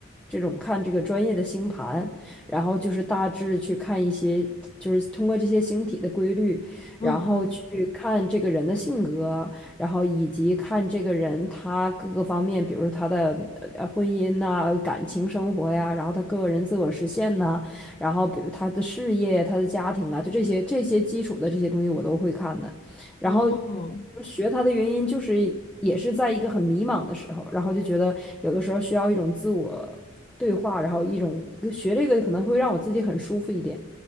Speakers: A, in the centre; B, on the left.
A: 这种看这个专业的星盘，然后就是大致去看一些，就是通过这些星体的规律，
B: 嗯嗯，
A: 然后去看这个人的性格，然后以及看这个人他各个方面，比如说他的呃婚姻呐、感情生活呀，然后他个人自我实现呐、然后比如他的事业、他的家庭啊，就这些这些基础的这些东西我都会看的。然后
B: 哦，
A: 学他的原因就是也是在一个很迷茫的时候，然后就觉得有的时候需要一种自我对话，然后一种一个学这个可能会让我自己很舒服一点。